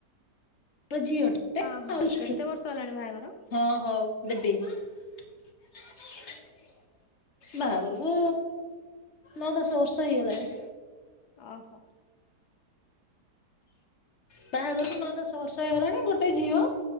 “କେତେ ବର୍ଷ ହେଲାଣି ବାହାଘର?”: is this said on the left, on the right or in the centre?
Left